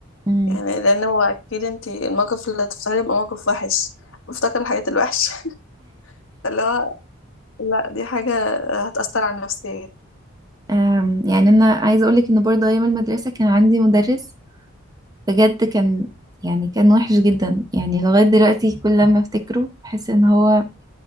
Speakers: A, on the right (about 15°); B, on the left (about 65°).
A: مم.
B: يعني لان هو اكيد انت الموقف اللي هتفتكريه يبقى موقف وحش بفتكر الحاجات الوحشه <laughs> فاللي هو لا دي حاجة هتأثر على نفسيتي
A: أم، يعني انا عايزة اقولك ان برضه ايام المدرسة كان عندي مدرس بجد كان يعني كان وحش جدا يعني لغاية دلوقتي كل لما افتكره بحس ان هو